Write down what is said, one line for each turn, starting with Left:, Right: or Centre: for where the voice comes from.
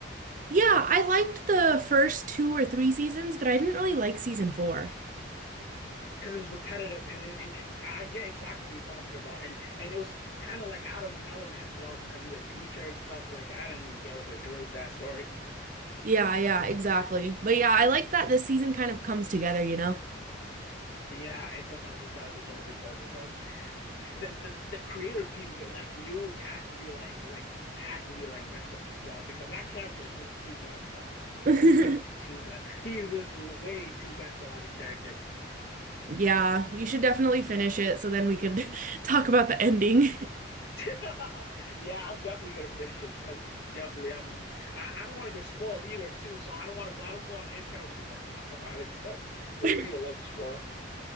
Right: Yeah, I liked the first two or three seasons, but I didn't really like season four.
Left: because it was repetitive and, and and I get exactly what you're talking about and and it was kind of like out of his element as well because he was a teacher and stuff like I didn't even get what they're doing with that story.
Right: Yeah, yeah, exactly. But yeah, I like that this season kind of comes together, you know?
Left: Yeah, it does, it does, it does, it does, it does. The the, the creator team like you has to be like like has to be like messed up himself because that character is just too messed up.
Right: <laughs>
Left: He just too messed. He's just way too messed up as a character.
Right: Yeah, you should definitely finish it so then we could <laughs> talk about the ending.
Left: <laughs> yeah, I'm definitely gonna finish it. I'm definitely. I'm. I, I don't want to get spoiled either, too. So I don't want to go. I don't go on the internet where people are talking about it and stuff because
Right: <laughs>
Left: people love to spoil.